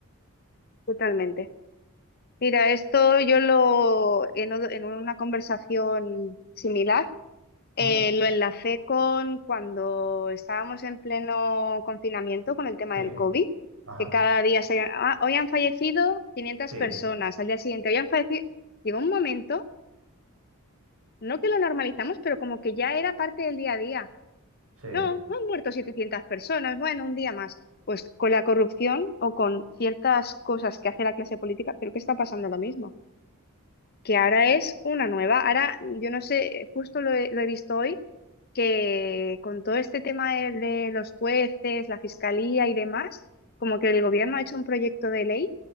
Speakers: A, on the left; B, on the right.
A: totalmente. Mira, esto yo lo, en, o- en una conversación similar, eh,
B: ¿Mm?
A: lo enlacé con cuando estábamos en pleno confinamiento con el tema
B: Sí,
A: del COVID,
B: ajá,
A: que cada día se, "Ah, hoy han fallecido 500
B: sí,
A: personas, al día siguiente hoy han fallecido. Llegó un momento, no que lo normalizamos, pero como que ya era parte del día a día.
B: sí.
A: No, no han muerto 700 personas, bueno, un día más. Pues con la corrupción o con ciertas cosas que hace la clase política, creo que está pasando lo mismo. que ahora
B: Sí.
A: es una nueva. Ahora, yo no sé, eh, justo lo he, lo he visto hoy, que con todo este tema de, de los jueces, la fiscalía y demás, como que el gobierno ha hecho un proyecto de ley